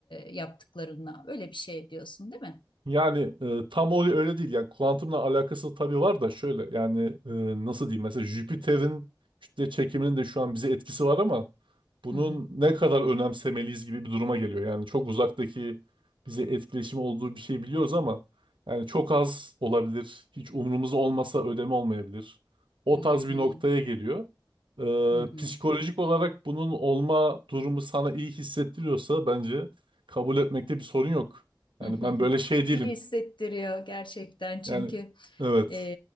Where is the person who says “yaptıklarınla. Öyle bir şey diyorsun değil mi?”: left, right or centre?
Left